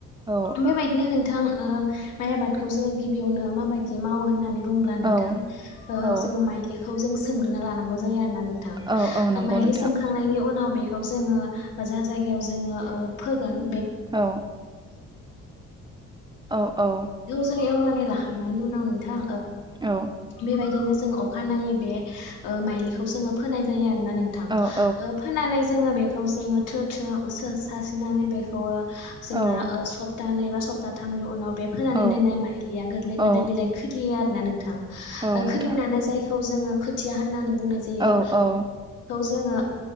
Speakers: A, on the right (about 15°); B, on the left (about 80°).
A: औ
B: बेबायदिनो नोंथां गमाइ आबादखौ जोंङो गिबियावनो माबायदि मावो होननानै बुंब्ला नोंथां
A: औ औ
B: जोंङो माइलिखौ जों सोमग्रोनो लानांगौ जायो आरोना। नोंथां
A: औ औ नंगौ
B: माइलि
A: नोंथां
B: सोमखांनायनि उनाव बेखौ जोंङो जा जायगायाव जोंङो फोगोन
A: औ औ औ
B: <unintelligible> एवनानै लाखांनायनि उनाव नोंथां
A: औ
B: बेबायदिनो अखानायै बे मायलिखौ जोंङो फोनाय जायो आरोना नोंथां
A: औ
B: फोननानै बिखौ जोंङो थ्रो थ्रो सास्रिनानै बेखौ जोंना
A: औ
B: सब सप्तानैै बा स्ताथामनि उनाव बे फोनानै
A: औ
B: दोननाय माइलिया गोरलै गोरलै
A: औ
B: बिलाइ खोलियो आरोना नोंथां।
A: औ नोंथां
B: खिलिनानै जायखौ जोंङो खोथिया होननानै बुंनाय जायो।
A: औ औ
B: जोंङो